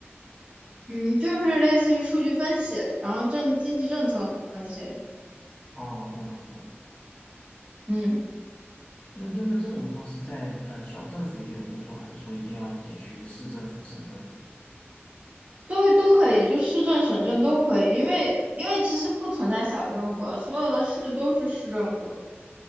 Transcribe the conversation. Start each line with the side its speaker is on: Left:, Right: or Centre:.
Right: 嗯，就是类似于数据分析，然后政经济政策那些，
Left: 哦，懂了懂了。
Right: 嗯，
Left: 那那那这种的话是在呃小政府也有工作，还是说一定要得去市政府、省政府的？
Right: 都都可以，就市政、省政都可以，因为因为其实不存在小政府啊，所有的市都是市政府。